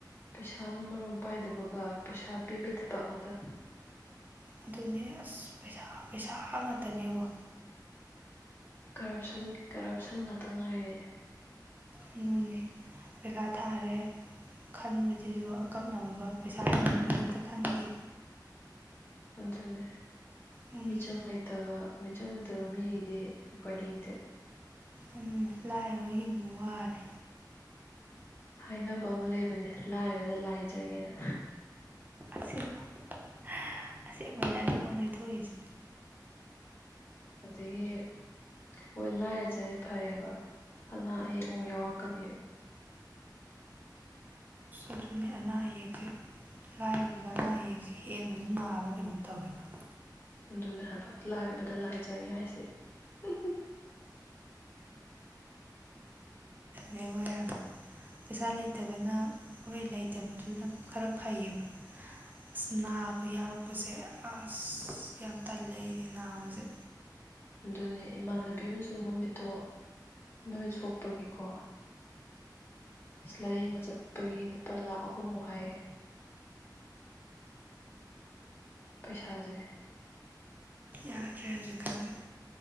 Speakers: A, on the left; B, on the right.
A: ꯄꯩꯁꯥꯅ ꯃꯔꯣꯜ ꯑꯃ ꯄꯥꯏꯗꯕꯒ ꯄꯩꯁꯥ ꯄꯤꯕꯩ ꯊꯕꯛ ꯉꯥꯛꯇ꯫
B: ꯑꯗꯨꯅꯦ ꯑꯁ ꯄꯩꯁꯥ ꯄꯩꯁꯥ ꯉꯥꯛꯇꯅꯦꯕꯣ꯫
A: ꯀꯔꯞꯁꯟ ꯀꯔꯞꯁꯟ ꯉꯥꯛꯇ ꯉꯥꯏꯔꯦ꯫
B: ꯑꯗꯨꯅꯤ ꯄꯩꯈꯥ ꯊꯥꯔꯦ ꯈꯟꯕꯁꯤꯁꯨ ꯑꯀꯛꯅꯕ ꯄꯩꯁꯥ ꯂꯩꯕ ꯃꯤ ꯍꯦꯛꯇ ꯈꯟꯒꯤ꯫
A: ꯑꯗꯨꯅꯦ
B: ꯎꯝ
A: ꯃꯤꯆꯪ ꯂꯩꯇꯕ ꯃꯤꯆꯪ ꯂꯩꯇꯕ ꯃꯤꯒꯤꯗꯤ ꯎꯄꯥꯏ ꯂꯩꯇꯦ꯫
B: ꯑꯗꯨꯅꯦ ꯂꯥꯏꯔꯕ ꯍꯤꯡꯕ ꯋꯥꯔꯦ꯫
A: ꯍꯥꯏꯅꯕ ꯑꯃ ꯂꯩꯕꯅꯦ ꯂꯥꯏꯔꯕꯗ ꯂꯥꯏ ꯆꯪꯉꯦꯅ
B: ꯑꯁꯦꯡꯕ <unintelligible> ꯑꯁꯦꯡꯕꯅꯦ ꯑꯗꯨꯃꯛꯅꯩ ꯊꯣꯛꯏꯁꯦ꯫
A: ꯑꯗꯩꯒꯤ ꯍꯣꯏ ꯂꯥꯏꯔꯖꯔꯦ ꯐꯔꯦꯕ ꯑꯅꯥ ꯑꯌꯦꯛ ꯑꯃꯨꯛ ꯌꯥꯎꯔꯛꯀꯅꯤ꯫
B: ꯑꯗꯨꯅꯤ ꯑꯅꯥ ꯑꯌꯦꯛꯁꯦ ꯂꯥꯏꯔꯕꯗ ꯑꯅꯥ ꯑꯌꯦꯛꯁꯦ ꯍꯦꯟꯅꯁꯨ ꯅꯥꯔꯕ ꯀꯩꯅꯣꯝ ꯇꯧꯔꯦꯕ꯫
A: ꯑꯗꯨꯅꯦ ꯍꯥꯏꯕ ꯂꯥꯏꯔꯕꯗ ꯂꯥꯏ ꯆꯪꯉꯦ ꯍꯥꯏꯁꯦ꯫ <unintelligible>
B: ꯌꯦꯡꯉꯣ ꯌꯥꯝꯅ ꯄꯩꯁꯥ ꯂꯩꯇꯕꯅ ꯍꯣꯏ ꯂꯩꯇꯕꯗꯨꯅ ꯈꯔ ꯐꯩꯌꯦꯕ ꯑꯁ ꯅꯥꯕ ꯌꯥꯎꯔꯛꯄꯁꯦ꯫ ꯑꯁ ꯌꯥꯝ ꯇꯜꯂꯦ ꯑꯩꯗꯤ ꯅꯥꯕꯁꯦ꯫
A: ꯑꯗꯨꯅꯦ ꯏꯃꯥꯟꯅꯕꯤ ꯑꯃꯁꯨ ꯃꯃꯤꯠꯇꯣ ꯃꯃꯤꯠ ꯁꯣꯛꯄꯒꯤꯀꯣ ꯂꯥꯏꯌꯦꯡꯕ ꯆꯠꯄꯒꯤ ꯂꯨꯄꯥ ꯂꯥꯛ ꯑꯍꯨꯝꯃꯨꯛ ꯍꯥꯏꯌꯦ꯫ ꯄꯩꯁꯥꯖꯦ꯫
B: ꯌꯥꯗ꯭ꯔꯦ ꯍꯧꯖꯤꯛꯀꯥꯟꯁꯦ